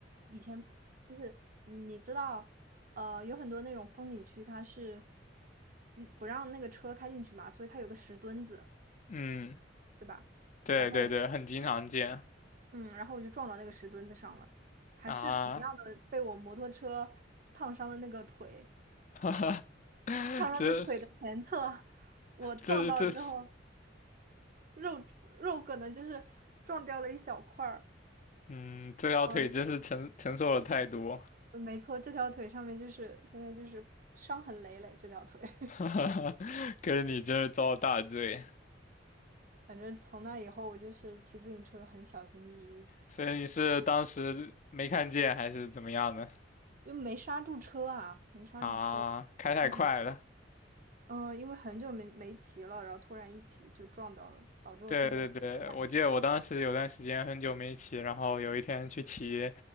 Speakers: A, on the right (about 45°); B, on the left (about 40°).
A: 以前就是你知道，呃，有很多那种风景区它是嗯不让那个车开进去嘛，所以它有个石墩子，
B: 嗯，
A: 对吧？
B: 对对对，
A: 然后
B: 很经常见
A: 嗯，然后我就撞到那个石墩子上了，还是同样的被我摩托车烫伤的那个腿。
B: 啊。<laughs> 哈哈，
A: 唐人的腿的前侧，
B: 这
A: 我撞到之后，
B: 这这，
A: 肉肉可能就是撞掉了一小块儿。
B: 嗯，这条腿真是承承受了太多。
A: 嗯，嗯没错，这条腿上面就是现在就是伤痕累累，这条腿。<laughs>
B: <laughs> 哈哈，可是你真是遭了大罪。
A: 反正从那以后，我就是骑自行车很小心翼翼，
B: 所以你是当时没看见还是怎么样的？
A: 因为没刹住车啊，没刹住车，
B: 啊，开太快了。
A: 撞上了嗯，因为很久没没骑了，然后突然一骑就撞到了，导致我现在也不敢
B: 对对对，我记得我当时有段时间很久没骑，然后有一天去骑